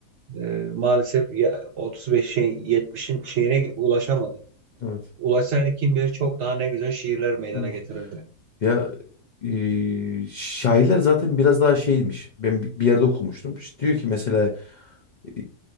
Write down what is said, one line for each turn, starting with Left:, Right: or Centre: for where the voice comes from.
Right: Ee, maalesef ya 35'in 70'in şeyine ulaşamadı.
Left: evet
Right: Ulaşsaydı kim bilir çok daha ne güzel şiirler meydana
Left: evet
Right: getirirdi.
Left: Ya e, şairler zaten biraz daha şeymiş. Ben bi- bir yerde okumuştum. İşte diyor ki mesela e,